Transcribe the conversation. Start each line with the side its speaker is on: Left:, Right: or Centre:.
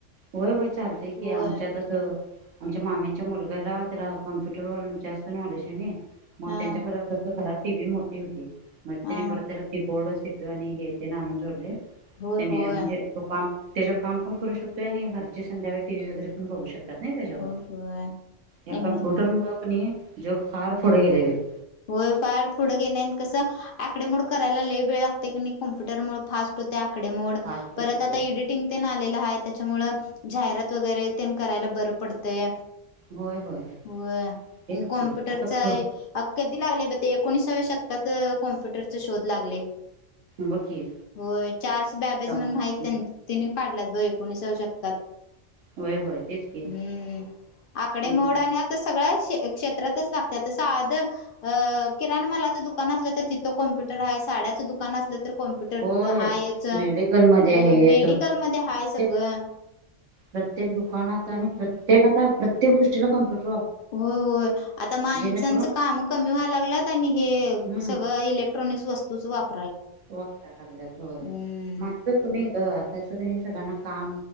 Right: होय होय चालतेय
Left: होय
Right: की आमच्यातसं आमच्या मामीच्या मुलग्याला त्याला कॉम्प्युटरवर जास्त नॉलेज आहे नी मग
Left: हा
Right: त्यांच्याकड कसं घरात टीव्ही मोठी होती मग
Left: हा
Right: त्यानी परत त्याला कीबोर्ड सीपीयू आणि हे तेन आणुन जोडलयं
Left: होय
Right: तेनंय
Left: होय
Right: म्हणजे तो काम त्याच्यावर काम पण करू शकतो आणि घरची संध्याकाळी टीव्ही वगैरे पण बघू शकतात नाही त्याच्यावर
Left: होय होय
Right: या
Left: एम
Right: कॉम्प्युटर
Left: ए
Right: मुळ जग फार पुढे गेलेले आहेत
Left: होय फार पुढे गेलंय आणि कसं आकडेमोड करायला लई वेळ लागते की नाही कॉम्प्युटरमुळे फास्ट होते आकडेमोड
Right: फास्ट
Left: परत
Right: झालंय.
Left: आता इडिटिंग तेन आलेलं हाय त्याच्या त्यामुळ जाहिरात वगैरे तेन करायला बरं पडतय
Right: होय होय
Left: होय आणि
Right: तेच
Left: कॉम्प्युटरचा
Right: की आता बघ
Left: कधी ते एकोणिसाव्या शतकात कॉम्प्युटरचे शोध लागले
Right: बघ की
Left: होय चार्स बॅबेज
Right: तेव्हा
Left: म्हणून आहेत त्यां त्यांनी काढल्यात ब एकोणीसाव्या शतकात
Right: होय होय तेच की
Left: हम्म आकडे
Right: हम्म
Left: मोड आणि आता सगळ्या क्षे क्षेत्रातच लागत्यात अं साधं किराणा मालाचं दुकान असलं तर तिथं कम्प्युटर आहे साड्याच दुकान अस तर कॉम्प्युटर
Right: होय
Left: हायच हो
Right: मेडिकलमध्ये आहे
Left: मेडिकलमध्ये
Right: तो
Left: हाय सगळं
Right: ते प्रत्येक दुकानात आणि
Left: होय
Right: प्रत्येक
Left: होय
Right: आता प्रत्येक गोष्टीला कॉम्पुटर
Left: होय होय आता माणसांचं
Right: जेणेकरून
Left: काम कमी व्हाय लागल्यात आणि हे
Right: हम्म
Left: सगळं इलेक्ट्र वस्तूचं वाप
Right: वापरा लागल्यात होय
Left: हम्म
Right: मानस कमी आहे ग आता कणी सगळ्यांना काम